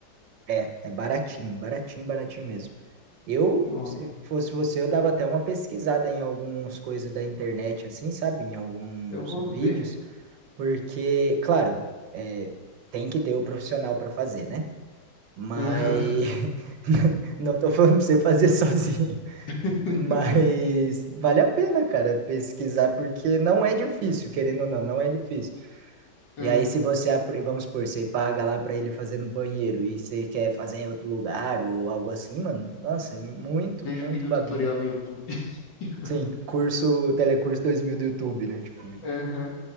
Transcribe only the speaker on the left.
Nossa.
Eu vou
ver.
Aham.
<laughs>
Aham.
Vejo
vídeo
tutorial no YouTube. <laughs>
Aham.